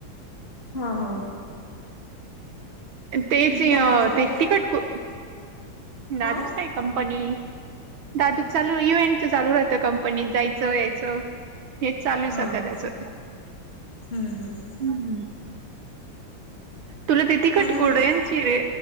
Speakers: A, on the left (about 30°); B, on the right (about 75°).
A: हा हा
B: तेची
A: दादूचं
B: या
A: काय
B: ते तिखट को दादूचा
A: हा
B: काय कम? पनी दादू चालू इव्हेंटचा चालू राहतं कंपनी जायचं यायचं. हेच चालू आहे
A: हा
B: सध्या
A: हा
B: त्याचं
A: हम्म हम्म
B: हम्म. तुला ते तिखटकुड
A: काय म्हणतो
B: यांची रे